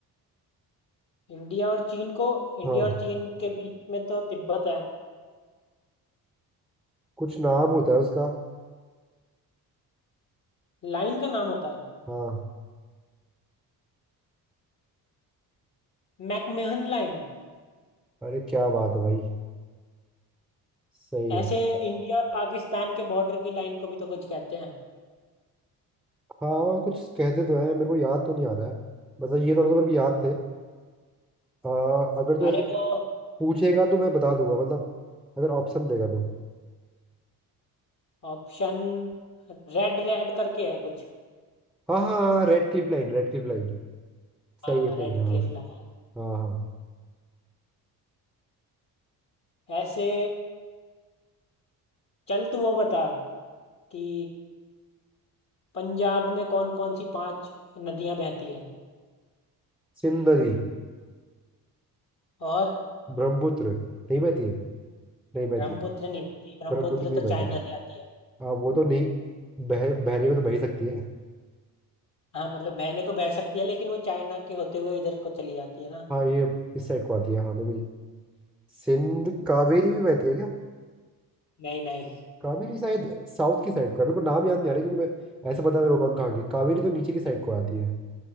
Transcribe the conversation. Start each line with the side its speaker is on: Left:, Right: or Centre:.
Left: इंडिया और चीन को इंडिया
Centre: हाँ
Left: और चीन के बीच में तो तिब्बत है
Centre: कुछ नाम होता है उसका
Left: लाइन का नाम होता है
Centre: हाँ
Left: McMahon line
Centre: अरे क्या बात है भाई सही
Left: ऐसे
Centre: है
Left: इंडिया और पाकिस्तान के बॉर्डर की लाइन को भी तो कुछ कहते हैं
Centre: हाँ और कुछ कहते तो हैं मेरे को याद तो नहीं आ रहा है मतलब ये थोड़ा तो मेरे को याद थे आ, अगर तो ऐसे
Left: अरे वो
Centre: पूछेगा तो मैं बता दूंगा मतलब अगर ऑप्शन देगा तो
Left: ऑप्शन रेड रेड करके है कुछ
Centre: हाँ हाँ Radcliffe line Radcliffe line सही
Left: हाँ
Centre: है सही
Left: रेड
Centre: है, हाँ
Left: क्लिफ लाइन
Centre: हाँ हाँ
Left: ऐसे चल तू वो बता कि पंजाब में कौन कौन सी पांच नदियां बहती है
Centre: सिंध नदी
Left: और
Centre: ब्रह्मपुत्र नहीं बहती है नहीं बहती
Left: ब्रह्मपुत्र
Centre: है
Left: नहीं बहती ब्रह्मपुत्र
Centre: ब्रह्मपुत्र नहीं
Left: तो
Centre: बहती
Left: चाइना से आती है
Centre: हाँ वो तो नहीं बह बहने को तो बह ही सकती है
Left: हाँ मतलब बहने को बह सकती है लेकिन वो चाइना के होते हुए इधर को चली जाती है ना
Centre: हाँ ये इस साइड को आती है हाँ मेरे को ये- सिंध कावेरी भी बहती है क्या
Left: नहीं नहीं
Centre: कावेरी शायद साउथ की साइड को है मेरे को नाम याद नहीं आ रहा क्योंकि मैं ऐसे पता है मेरे को कौन कहाँ की कावेरी तो नीचे की साइड को आती है